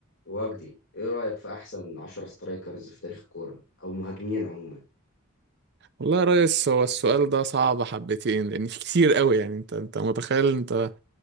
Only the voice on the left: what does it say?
وجدي ايه رأيك في احسن 10 سترايكرز في تاريخ الكورة او مهاجمين عموما